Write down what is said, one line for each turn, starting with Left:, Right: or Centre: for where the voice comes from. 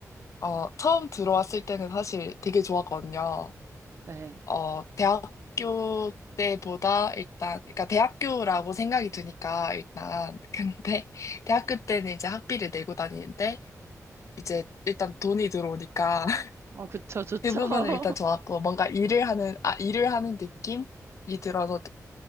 Left: 어, 처음 들어왔을 때는 사실 되게 좋았거든요.
Right: 네.
Left: 어, 대학교 때보다 일단 그러니까 대학교라고 생각이 드니까 일단 근데 <laughs> 대학교 때는 이제 학비를 내고 다니는데 이제 일단 돈이 들어오니까 <laughs>
Right: 어, 그쵸, 좋죠.
Left: 그 부분은
Right: <laughs>
Left: 일단 좋았고 뭔가 일을 하는 아 일을 하는 느낌이 들어서